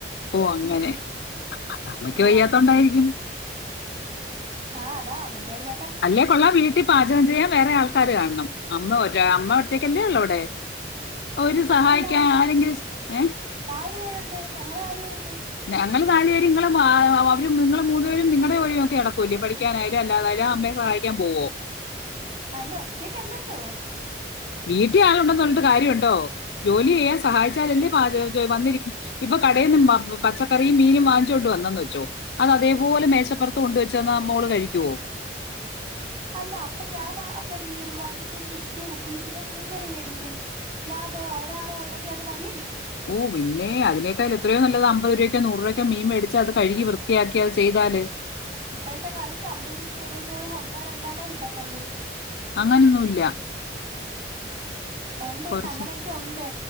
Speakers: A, on the left (about 60°); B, on the right (about 25°).
A: ഓഹ് അങ്ങനെ അമ്മയ്ക്ക്
B: ആഹ്
A: വയ്യാത്തോണ്ടായിരിക്കും.
B: ആഹ്താ അമ്മക്ക് വയ്യാതോ
A: അല്ലേ കൊള്ളാൻ വീട്ടിൽ പാചകം ചെയ്യാൻ വേറെ ആൾക്കാര് കാണണം അമ്മ ഒറ്റ അമ്മ ഒറ്റയ്ക്കല്ലേ ഉള്ളൂ അവിടെ? ഒര് സഹായിക്കാൻ
B: അല്ല ഞ
A: ആരെങ്കിലും ഏഹ്
B: നാല് പേരുണ്ട് ഞങ്ങള് നാല് പേരുണ്ട്
A: ഞങ്ങൾ നാല് പേര്ങ്ങള അവരും നിങ്ങള മൂന്ന് പേരും നിങ്ങള പോരും ഒക്കെടക്കൂല്ലേ പഠിക്കാനായാലും അല്ലാതായാലും അമ്മയെ സഹായി ക പോവോ?
B: അല്ല ഒറ്റക്കല്ലല്ലോ?
A: വീട്ടീ ആളുണ്ടെന്ന് പറഞ്ഞിട്ട് കാര്യവുണ്ടോ ജോലി ചെയ്യാൻ സഹായിച്ചാൽല്ലേ പാചകം വന്നിരി ഇപ്പൊ കടയിൽ നിന്നും പച്ചക്കറിയും മീനും വാങ്ങിച്ചോണ്ട് വന്നന്ന് വച്ചോ അത് അതേപോലെ മേശപ്പറത്ത് കൊണ്ട്വെച്ചാൽ നമ്മോള് കഴിക്കുവോ?
B: അല്ല അപ്പൊ ഞാൻ അപ്പ എന്ത് ചെയ്യും വൺ ഫ സിക്സ്റ്റി റുപ്പീസിന് മീൻകറി മേടിക്കും ലാഭമോ ഒരാളെ ഉള്ളെങ്കിൽ അത് മതിയല്ലോ?
A: ഓഹ് പിന്നെ അതിനേക്കാൾ എത്രയ നല്ലത് അമ്പത് രൂപയ്ക്കോ നൂറ് രൂപയ്ക്കോ മീൻ മേടിച്ച് അത് കഴുകി വൃത്തിയാക്കി അത് ചെയ്താല്.
B: ഇപ്പഴത്തെ കാലത്ത് അമ്പരക്ക് നൂറ് രൂപയ്ക്കകെ ഒന്നോ രണ്ടെണ്ണേ കിട്ടത്തുള്ളൂ.
A: അങ്ങനൊന്നുല്ല
B: ഉണ്ട് ഉണ്ട്
A: കുറച്ച്
B: അങ്ങനെയൊക്കെ ഉണ്ട്